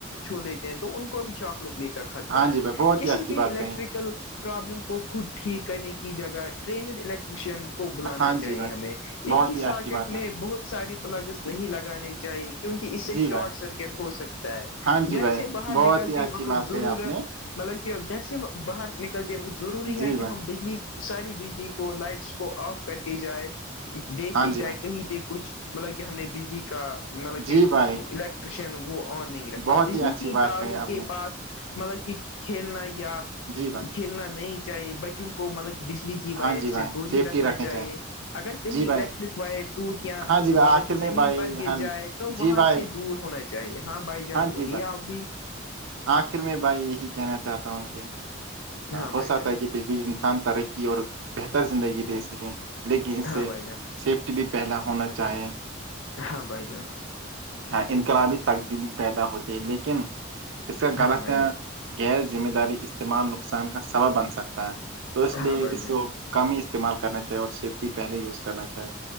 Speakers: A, on the left; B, on the right.
A: چھو لیتے ہیں تو ان کو بھی چاک لگنے کا خطرہ
B: ہاں
A: ہے
B: جی بھائی بہت
A: کسی
B: ہی اچھی
A: بھی
B: بات
A: الیکٹریکل
B: کہی
A: پرابلم کو خود ٹھیک کرنے کی جگہ ٹرینیڈ الیکٹریشن کو بلانا
B: ہاں
A: چاہیے
B: جی بھائی
A: ہمیں ایک
B: بہت
A: ہی ساکٹ
B: اچھی بات ہے
A: میں بہت ساری پلگس نہیں لگانے چاہیے کیونکہ اس سے
B: جی
A: شارٹ
B: بھائی
A: سرکٹ ہو سکتا ہے
B: ہاں جی
A: گھر
B: بھائی
A: سے باہر
B: بہت
A: نکلتے
B: ہی اچھی
A: وقت
B: بات
A: ضرورت
B: کہی آپ نے
A: مطلب کہ گھر سے باہر نکلتے وقت ضروری
B: جی
A: ہے کہ
B: بھائی
A: ہم بجلی ساری بجلی کو لائٹس کو آف کر کے جائے دیکھ
B: ہاں
A: کے
B: جی
A: جائے
B: بھائی
A: کہیں پہ کچھ مطلب کہ ہم نے بجلی کا مطلب کہ
B: جی
A: الیکٹریشن
B: بھائی
A: وہ آن نہیں رکھا
B: بہت
A: بجلی
B: ہی اچھی
A: کی
B: بات
A: تاروں
B: کہی آپ
A: کے
B: نے
A: پاس مطلب کہ کھیلنا یا
B: جی بھائی
A: کھیلنا نہیں چاہیے بچوں کو مطلب کہ بجلی وائر
B: ہاں جی بھائی
A: سے دور ہی
B: سیفٹی
A: رکھنا
B: رکھنی
A: چاہیے اگر کہیں
B: جی
A: الیکٹرک
B: بھائی
A: وائر ٹوٹ یا
B: ہاں جی بھائی
A: مل
B: آخر
A: زمین
B: میں بھائی
A: پر گر
B: ہاں
A: جائے تو وہاں
B: جی بھائی
A: سے دور ہونا چاہیے ہاں بھائی جان بولیے
B: جی بھائی
A: آپ بھی
B: آخر میں بھائی یہی کہنا چاہتا ہوں کہ
A: ہاں
B: ہو
A: بھائی
B: سکتا
A: جان
B: ہے کہ انسان ترقی اور بہتر زندگی دے سکے لیکن اس
A: ہاں
B: سے
A: بھائی جان
B: سیفٹی بھی پہلا ہونا چاہے
A: ہاں بھائی جان
B: ہاں انقلابی تبدیلی پیدا ہوتی ہے لیکن اس کا غلط
A: ہاں بھائی
B: ہیں
A: جان
B: غیر ذمہ داری استعمال نقصان کا سب بن سکتا ہے تو اس لیے
A: ہاں بھائی
B: اس
A: جان
B: کو کم ہی استعمال کرنا چاہیے اور سیفٹی پہلے یوز کرنا چاہے